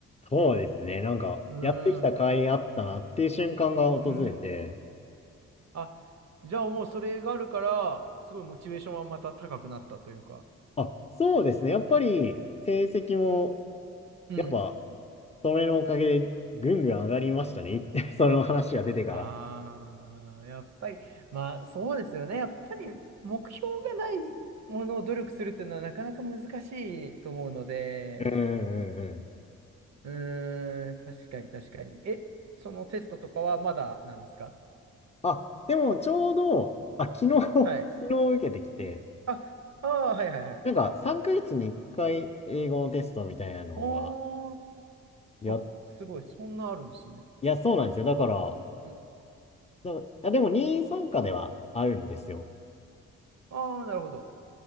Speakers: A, on the left; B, on the right.
A: そうですね。なんか、
B: うん。
A: やってきた甲斐あったなっていう瞬間が訪れて、
B: うん。あ、じゃあもうそれがあるから、すごいモチベーションはまた高くなったというか。
A: あ、そうですね。やっぱり成績も、
B: うん。
A: やっぱ、それのおかげでぐんぐん上がりましたね。<laughs> その話が出てから。
B: ああ、やっぱり、まあそうですよね。やっぱり目標がないものを努力するっていうのはなかなか難しいと思うので、
A: うんうんうんうん。
B: うーん、確かに確かに。え、そのテストとかはまだなんですか
A: あ、でもちょうど、あ、昨日 <laughs>
B: はい。
A: 昨日受けてきて、
B: あ、ああ、はいはいはい。
A: なんか3ヶ月に1回英語のテストみたいなのが、
B: おー、
A: や、
B: あ、すごい、そんなあるんですね。
A: いや、そうなんですよ。だから、
B: うん。
A: だあ、でも任意参加ではあるんですよ。
B: ああ、なるほど。